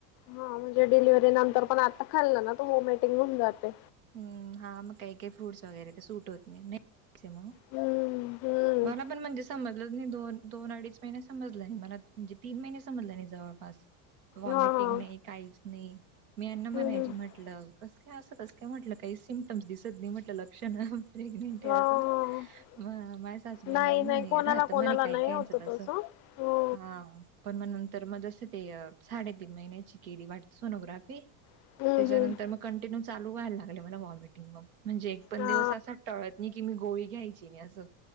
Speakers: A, on the left; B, on the right.
A: हा म्हणजे डिलिव्हरी नंतर पण आता खाल्लं ना त व्हॉमिटिंग होऊन जाते.
B: हम्, हा, मग काही काही फ्रूट्स वगैरे ते सुट होत नाही. त्यामुळ
A: हम्म हम्म
B: मला पण म्हणजे समजलं नाही दोन दोन अडीच महिने समजलं नाही मला म्हणजे तीन महिने समजलं नाही जवळपास व्हॉमिटिंग
A: हा हा
B: नाही काहीच नाही मी यांना म्हणायज
A: हम्म हम्म
B: म्हटलं कस काय असं कस. य म्हटलं काही सिम्टम्स दिसत नाही म्हटलं प्रेग्नेंट आहे
A: हा हा
B: अस म माझ्या सासूबाई
A: नाही
B: नाय म्हणे
A: नाही कोणाला
B: राहत
A: कोणाला
B: म्हणे काय
A: नाही
B: काही
A: होत
B: अस
A: तसं हो
B: हा. पण मग नंतर मग जसं ते साडेतीन महिन्याची केली वाटते सोनोग्राफी
A: हम्म
B: त्याच्यानंतर
A: हम्म
B: मग कंटिन्यू चालू व्हायला लागले मला व्हॉमिटिंग मग म्हणजे एक पण
A: हा
B: दिवस असा टळत नी कि मी गोळी घ्यायची नाही असं.